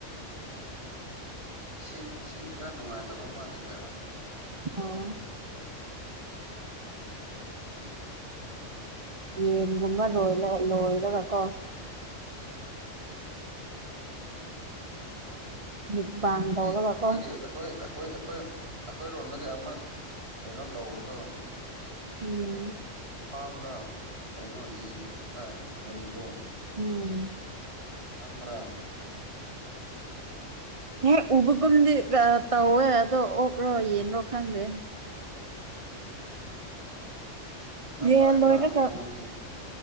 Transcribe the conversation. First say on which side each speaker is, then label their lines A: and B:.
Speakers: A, on the right; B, on the right.
A: ꯏꯁꯤꯡ ꯏꯁꯤꯡ ꯈꯔ ꯅꯨꯡꯉꯥꯏꯇꯕ ꯃꯥꯂꯦꯗꯥꯑꯥ
B: ꯑꯣ ꯌꯦꯟꯒꯨꯝꯕ ꯂꯣꯏ ꯂꯣꯏꯔꯒ ꯀꯣ ꯃꯨꯛꯕꯥꯡ
A: ꯑꯁꯤ
B: ꯇꯧꯔꯒ
A: ꯑꯩꯈꯣꯏꯒꯤ
B: ꯀꯣ
A: ꯑꯩꯈꯣꯏ ꯑꯩꯈꯣꯏ ꯑꯩꯈꯣꯏ ꯑꯩꯈꯣꯏꯔꯣꯝꯗꯒꯤ ꯑꯃ ꯀꯩꯅꯣ ꯇꯧꯕꯗꯣ
B: ꯎꯝ
A: ꯐꯥꯝꯗ ꯀꯩꯅꯣ ꯌꯦꯟ ꯈꯔꯥ ꯂꯩꯕꯗꯣ
B: ꯎꯝ
A: ꯈꯪꯕ꯭ꯔꯥ
B: ꯍꯦꯛ ꯎꯕꯒꯨꯝꯗꯤ ꯇꯧꯋꯦ ꯑꯗꯣ ꯑꯣꯛꯔꯣ ꯌꯦꯟ꯭ꯔꯣ ꯈꯪꯗꯦ
A: ꯄꯩꯁꯥ
B: ꯌꯦꯟ
A: ꯄꯥꯏ
B: ꯂꯣꯏꯔꯒꯥ
A: ꯃꯥꯜꯂꯦ ꯃꯣꯏꯁꯦ